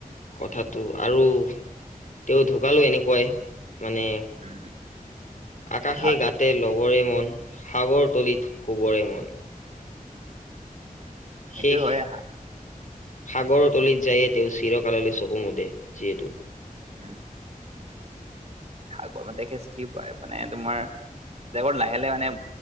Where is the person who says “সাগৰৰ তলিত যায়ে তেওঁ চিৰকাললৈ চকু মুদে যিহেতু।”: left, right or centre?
Left